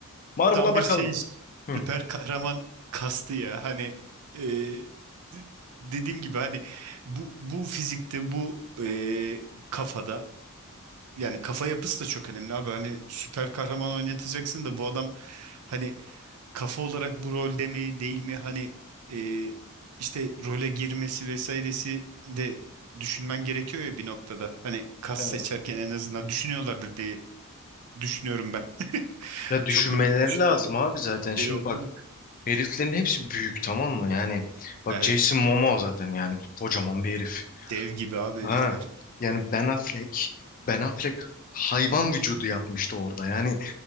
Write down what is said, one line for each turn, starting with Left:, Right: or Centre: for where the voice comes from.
Left: Marvel'a
Right: Tam bir
Left: bakalım.
Right: şey
Left: Hı,
Right: süper kahraman kastı ya. Hani e, d- dediğim gibi hani bu bu fizikte bu e, kafada yani kafa yapısı da çok önemli abi. Hani süper kahraman oynatacaksın da bu adam hani kafa olarak bu rolde mi değil mi hani e, işte role girmesi vesairesi de düşünmen gerekiyor ya bir noktada. Hani kas
Left: evet.
Right: seçerken en azından düşünüyorlardır diye düşünüyorum ben. <laughs>
Left: Ya düşünmeleri
Right: Çok böyle düşün
Left: lazım abi zaten. Şimdi
Right: şey oldu
Left: bak
Right: da.
Left: Heriflerin hepsi büyük tamam mı? Yani bak
Right: Evet.
Left: Jason Momoa zaten yani kocaman bir herif.
Right: Dev gibi abi
Left: Ha.
Right: herifler.
Left: Yani Ben Affleck, Ben Affleck hayvan vücudu yapmıştı orada. Yani